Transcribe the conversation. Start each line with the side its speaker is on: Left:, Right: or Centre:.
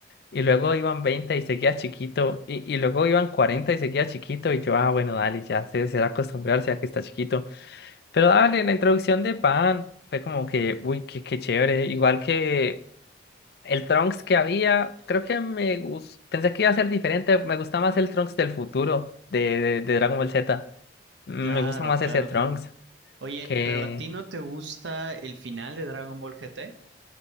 Left: y luego iban 20 y seguía chiquito y, y luego iban 40 y seguía chiquito y yo, ah, bueno, dale, ya se será acostumbrarse a que está chiquito, pero dale, la introducción de Pan fue como que, uy, qué, qué chévere, igual que el Trunks que había, creo que me gustó, pensé que iba a ser diferente, me gusta más el Trunks del futuro de, de, de Dragon Ball Z. Mm,
Right: Claro,
Left: Me gusta más
Right: claro,
Left: ese Trunks
Right: claro. Oye,
Left: que...
Right: pero ¿a ti no te gusta el final de Dragon Ball GT?